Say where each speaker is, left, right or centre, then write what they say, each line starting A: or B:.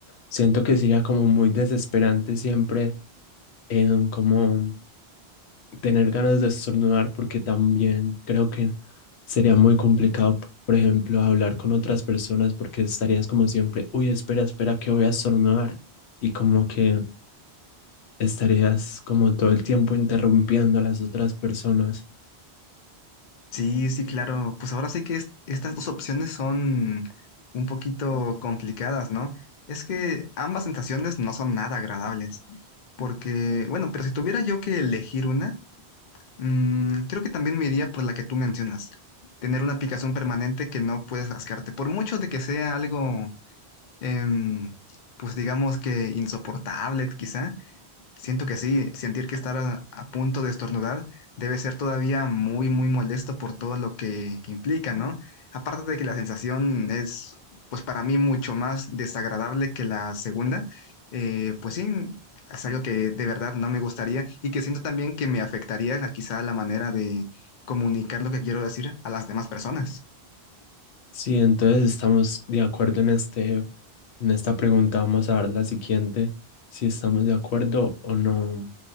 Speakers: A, on the left; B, on the left.
A: siento que sería como muy desesperante siempre, em, como tener ganas de estornudar porque también creo que sería muy complicado, por ejemplo, hablar con otras personas porque estarías como siempre, uy, espera, espera, que voy a estornudar y como que estarías como todo el tiempo interrumpiendo a las otras personas.
B: Sí, sí, claro. Pues ahora sí que es- estas dos opciones son un poquito complicadas, ¿no? Es que ambas sensaciones no son nada agradables. Porque, bueno, pero si tuviera yo que elegir una, Mm, creo que también me iría por la que tú mencionas, tener una picazón permanente que no puedes rascarte, por mucho de que sea algo, em, pues digamos que insoportable quizá, Siento que sí, sentir que estar a, a punto de estornudar debe ser todavía muy, muy molesto por todo lo que implica, ¿no? Aparte de que la sensación es, pues para mí, mucho más desagradable que la segunda, eh, pues sí, es algo que de verdad no me gustaría y que siento también que me afectaría la- quizá la manera de comunicar lo que quiero decir a las demás personas.
A: Sí, entonces estamos de acuerdo en este, en esta pregunta. Vamos a ver la siguiente, si estamos de acuerdo o no.